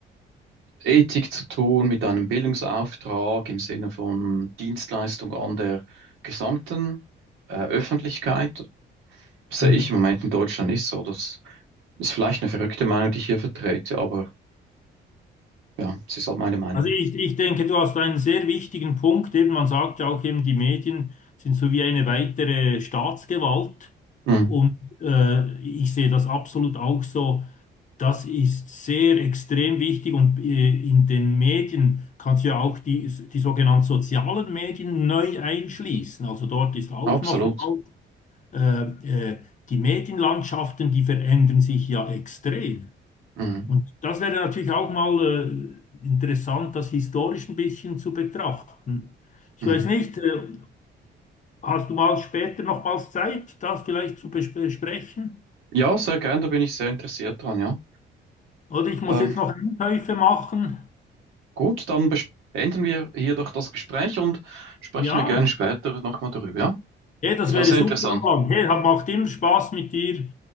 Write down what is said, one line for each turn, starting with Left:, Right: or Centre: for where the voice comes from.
Right: Ethik zu tun, mit einem Bildungsauftrag im Sinne von Dienstleistung an der gesamten äh, Öffentlichkeit? Das Sehe
Left: Mhm.
Right: ich im Moment in Deutschland nicht so. Das ist vielleicht eine verrückte Meinung, die ich hier vertrete, aber ja, es ist halt meine Meinung.
Left: Also ich, ich denke, du hast einen sehr wichtigen Punkt. Eben, man sagt ja auch eben, die Medien sind so wie eine weitere Staatsgewalt.
Right: Mhm.
Left: Und äh, ich sehe das absolut auch so. Das ist sehr extrem wichtig und äh, in den Medien kannst du ja auch die, die sogenannten sozialen Medien neu einschließen. Also dort ist auch
Right: Absolut.
Left: nochmal äh, äh, die Medienlandschaften, die verändern sich ja extrem.
Right: Mhm.
Left: Und das wäre natürlich auch mal äh, interessant, das historisch ein bisschen zu betrachten. Ich
Right: Mhm.
Left: weiß nicht, äh, hast du mal später nochmals Zeit, das vielleicht zu bes- besprechen?
Right: Ja, sehr gern, da bin ich sehr interessiert dran, ja.
Left: Oder ich muss
Right: Ähm,
Left: jetzt noch Einkäufe machen.
Right: Gut, dann bes- beenden wir hier doch das Gespräch und sprechen
Left: Ja.
Right: wir gerne später nochmal darüber, ja?
Left: Hey, das
Right: Das
Left: wäre
Right: war sehr
Left: super,
Right: interessant.
Left: Roland. Hey, hat- macht immer Spaß mit dir,